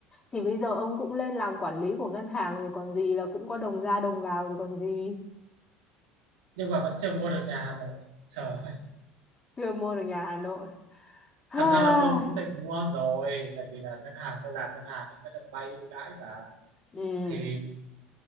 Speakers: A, on the left (about 25°); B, on the right (about 80°).
A: thì bây giờ ông cũng lên làm quản lý của ngân hàng rồi còn gì là cũng có đồng ra đồng vào rồi còn gì
B: nhưng mà vẫn chưa mua được nhà Hà Nội trời ơi.
A: chưa mua được nhà Hà Nội <sighs>
B: thật ra là tôi cũng định mua rồi tại vì là ngân hàng tôi làm ngân hàng thì sẽ được vay ưu đãi và
A: ừ
B: thì